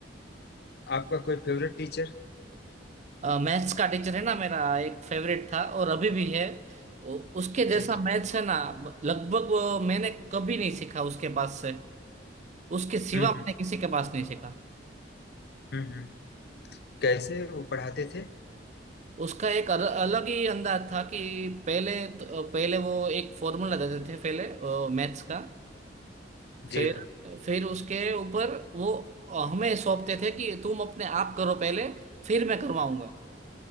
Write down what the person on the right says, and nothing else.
मैथ्स का टीचर है ना मेरा एक फेवरेट था और अभी भी है उ- उसके जैसा
मैथ्स है ना लगभग वो मैंने कभी नहीं सीखा उसके पास से उसके सिवा
मैंने
किसी के पास नहीं सीखा
उसका एक अल- अलग ही अंदाज था कि पहले तो, पहले वो एक फॉर्मूला देते थे पहले मैथ्स का फिर
फिर उसके ऊपर वो हमें सौंपते थे कि तुम अपने आप करो पहले फिर मैं करवाऊंगा